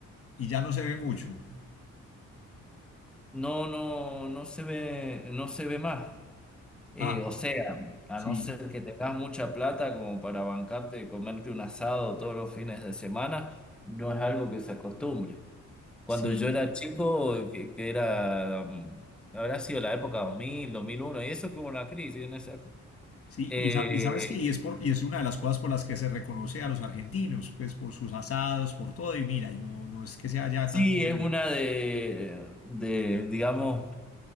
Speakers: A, on the left (about 50°); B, in the centre.
A: y ya no se ve mucho.
B: No, no, no se ve, no se ve más. Eh,
A: Ah,
B: o sea, a
A: sí,
B: no ser que tengas mucha plata como para bancarte y comerte un asado todos los fines de semana, no es algo que se acostumbre. Cuando
A: sí,
B: yo era chico, que, que era, mm, habrá sido la época dos dos mil dos mil uno y eso que hubo una crisis en esa época.
A: sí.
B: Eh,
A: Y, sa- y sabes que y es por, y es una de las cosas por las que se reconoce a los argentinos, pues por sus asados, por todo, y mira, y no, no es que sea ya
B: sí,
A: tan común.
B: es una de, de, digamos,